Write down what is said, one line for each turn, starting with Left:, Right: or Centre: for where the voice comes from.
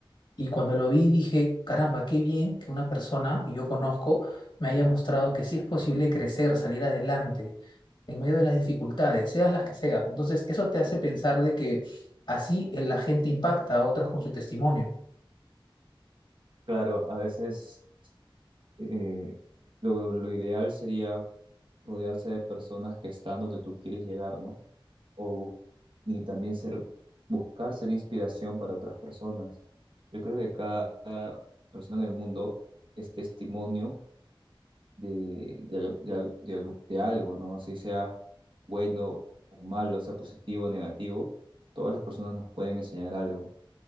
Left: y cuando lo vi dije, caramba, qué bien que una persona que yo conozco me haya mostrado que sí es posible crecer, salir adelante en medio de las dificultades, sean las que sean. Entonces, eso te hace pensar de que así eh, la gente impacta a otras con su testimonio.
Right: Claro, a veces eh, lo, lo ideal sería rodearse de personas que están donde tú quieres llegar, ¿no? o, bus- y también ser, buscar ser inspiración para otras personas. Yo creo que cada persona en el mundo es testimonio de, de, de al- de al- de algo, ¿no? Así sea bueno o malo, sea positivo o negativo, todas las personas nos pueden enseñar algo